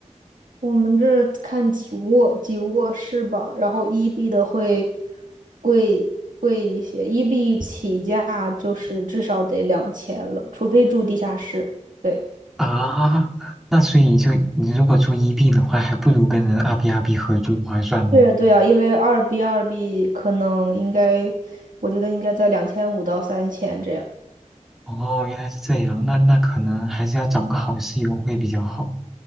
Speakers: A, on the right (about 85°); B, in the centre.
A: 我们这看几卧几卧室吧，然后一 B 的会贵贵一些，一 B 起价就是至少得两千了，除非住地下室。对，
B: 啊，那所以就你如果住 EB 的话，还不如跟人二 B 二 B 合租划算吗？
A: 对对啊，因为二 B 二 B 可能应该，我觉得应该在两千五到三千这样。
B: 哦，原来是这样，那那可能还是要找个好室友会比较好。